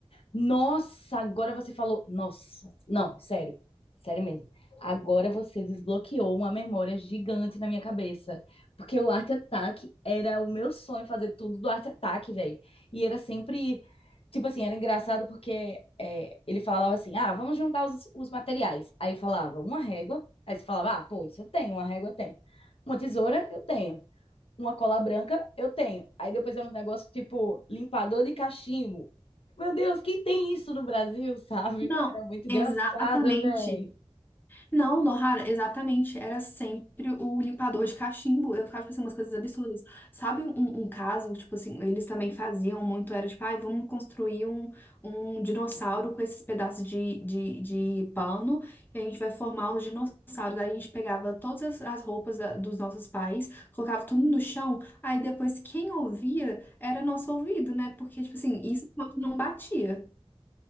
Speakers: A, on the left; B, on the left.
A: Nossa, agora você falou. Nossa, não, sério, sério mesmo. Agora você desbloqueou uma memória gigante na minha cabeça. Porque o Art Attack era o meu sonho fazer tudo do Art Attack, velho. E era sempre. Tipo assim, era engraçado porque é, ele falava assim: ah, vamos juntar os, os materiais. Aí falava uma régua, aí você falava: ah, pô, isso eu tenho, uma régua eu tenho. Uma tesoura eu tenho uma cola branca, eu tenho. Aí depois era um negócio tipo limpador de cachimbo. Meu Deus, quem tem isso no Brasil, <laughs> sabe?
B: Não,
A: Era muito engraçado,
B: exatamente.
A: velho.
B: Não, Nohara, exatamente. Era sempre o limpador de cachimbo. Eu ficava pensando umas coisas absurdas. Sabe um, um um caso, tipo assim, eles também faziam muito, era tipo, ai, vamos construir um, um dinossauro com esses pedaços de, de, de pano e a gente vai formar os dinossauros. Aí a gente pegava todas as, as roupas da- dos nossos pais, colocava tudo no chão, aí depois quem ouvia era nosso ouvido, né? Porque, tipo assim, isso quando não batia.